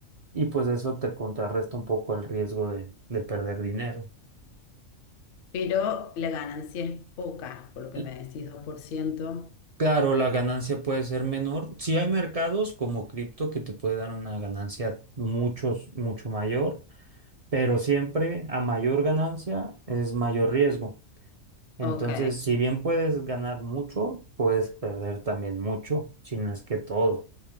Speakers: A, on the right; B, on the left.
A: y pues eso te contrarresta un poco el riesgo de, de perder dinero.
B: Pero la ganancia es poca, por lo que
A: L-
B: me decís, dos por ciento.
A: Claro, la ganancia puede ser menor. Sí hay mercados como cripto que te puede dar una ganancia muchos, mucho mayor, pero siempre a mayor ganancia es mayor riesgo. Entonces,
B: Ok.
A: si bien puedes ganar mucho, puedes perder también mucho, si no es que todo.